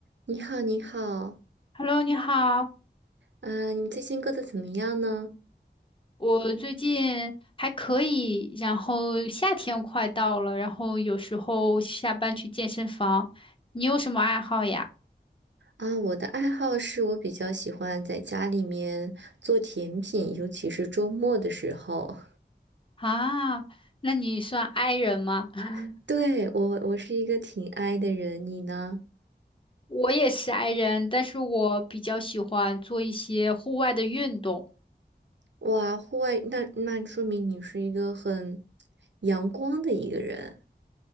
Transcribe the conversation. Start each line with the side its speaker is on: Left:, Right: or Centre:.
Right: 你好，你好，
Left: Hello，你好，
Right: 嗯，你最近过得怎么样呢？
Left: 我最近还可以，然后夏天快到了，然后有时候下班去健身房。你有什么爱好呀？
Right: 啊，我的爱好是我比较喜欢在家里面做甜品，尤其是周末的时候。
Left: 啊，那你算 i 人吗？<laughs>
Right: <laughs> 对，我，我是一个挺 i 的人，你呢？
Left: 我也是 i 人，但是我比较喜欢做一些户外的运动。
Right: 哇，户外，那那说明你是一个很阳光的一个人。